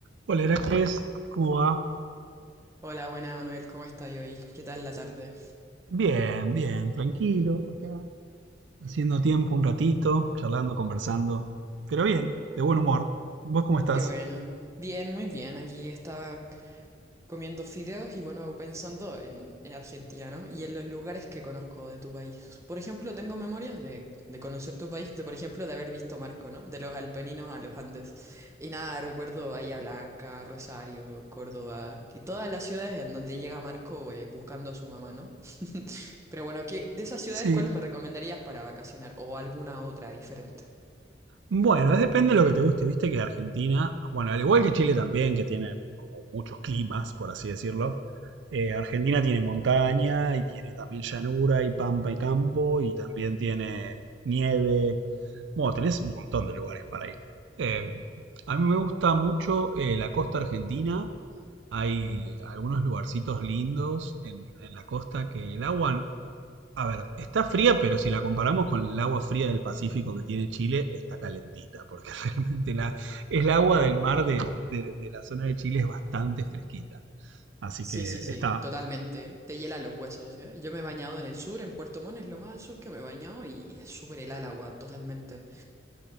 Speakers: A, on the right; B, on the right.
A: Hola Heracles, ¿cómo va?
B: Hola, buena Manuel, ¿cómo estás hoy? ¿Qué tal la tarde?
A: Bien, bien, tranquilo, acá, haciendo tiempo un ratito, charlando, conversando, pero bien, de buen humor. ¿Vos cómo estás?
B: Qué bueno. Bien, muy bien. Aquí estaba comiendo fideos y bueno, pensando en, en Argentina, ¿no? Y en los lugares que conozco de tu país. Por ejemplo, tengo memorias de, de conocer tu país, de por ejemplo, de haber visto Marco, ¿no? De los Alpeninos a los Andes. Y nada, recuerdo Bahía Blanca, Rosario, Córdoba, y todas las ciudades en donde llega Marco eh, buscando a su mamá, ¿no? <laughs> Pero bueno, ¿qué, de esas ciudades,
A: Sí,
B: cuál me recomendarías para vacacionar o alguna otra diferente?
A: Bueno, depende de lo que te guste, viste que Argentina, bueno, al igual que Chile también, que tiene como muchos climas, por así decirlo, eh, Argentina tiene montaña y tiene también llanura y pampa y campo y también tiene nieve. Bueno, tenés un montón de lugares para ir. Eh, a mí me gusta mucho eh, la costa argentina, hay algunos lugarcitos lindos en, en la costa que el agua a ver, está fría, pero si la comparamos con el agua fría del Pacífico que tiene Chile, está calentita, porque <laughs> realmente la, el agua del mar de, de- de la zona de Chile es bastante fresquita. Así
B: Sí,
A: que
B: sí, sí,
A: está...
B: totalmente. Te hiela los huesos, ¿eh? Yo me he bañado en el sur, en Puerto Montt, es lo más al sur que me he bañado y es súper helada el agua, totalmente.